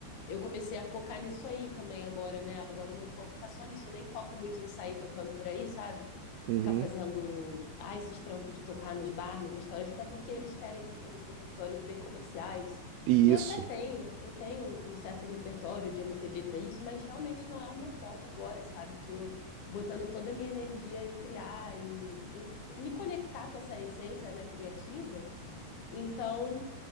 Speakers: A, on the left; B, on the right.
A: eu comecei a focar nisso aí também agora, né? Agora o meu foco tá só nisso. Eu nem foco muito em sair tocando por aí, sabe?
B: Uhum.
A: Ficar fazendo, ah, esses trampos de tocar nos bar, nos restaurantes, até porque eles querem aqueles repertórios bem comerciais,
B: E
A: que
B: isso,
A: eu até tenho, eu tenho um um certo repertório de MPB para isso, mas realmente não é o meu foco agora, sabe? Eu tô botando toda a minha energia em criar, em, em me conectar com essa essência, né, criativa. Então,